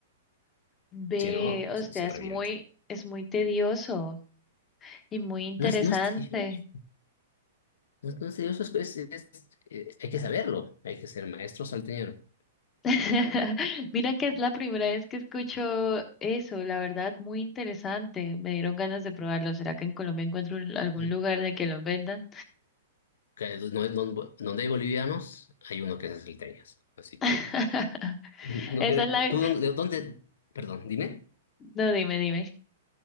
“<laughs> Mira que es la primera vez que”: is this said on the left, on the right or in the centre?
Left